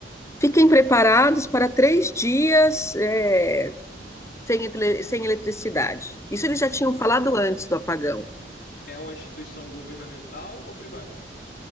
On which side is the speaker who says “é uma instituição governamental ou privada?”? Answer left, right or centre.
Left